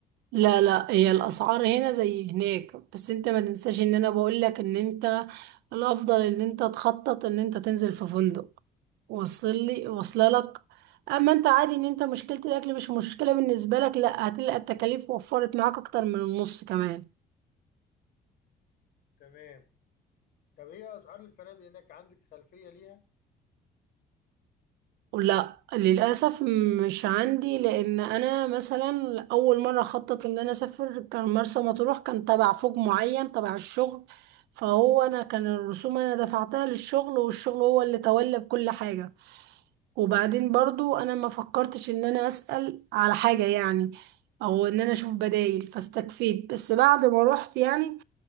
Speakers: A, on the right; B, on the left.
A: لا لا هي الاسعار هنا زي هناك بس انت ما تنساش ان انا بقول لك ان انت الافضل ان انت تخطط ان انت تنزل في فندق وصل لي واصله لك اما انت عادي ان انت مشكله الاكل مش مشكله بالنسبه لك لا هتلاقي التكاليف وفرت معاك اكتر من النص كمان
B: تمام طب ايه اسعار الفنادق هناك عندك خلفية ليها
A: لا للأسف مش عندي لأن أنا مثلا أول مرة خطط إن أنا أسافر كان مرسى مطروح كان تبع فوج معين تبع الشغل فهو أنا كان الرسوم أنا دفعتها للشغل والشغل هو اللي تولى بكل حاجة وبعدين برضو أنا ما فكرتش إن أنا أسأل على حاجة يعني أو إن أنا أشوف بدايل فاستكفيت بس بعد ما روحت يعني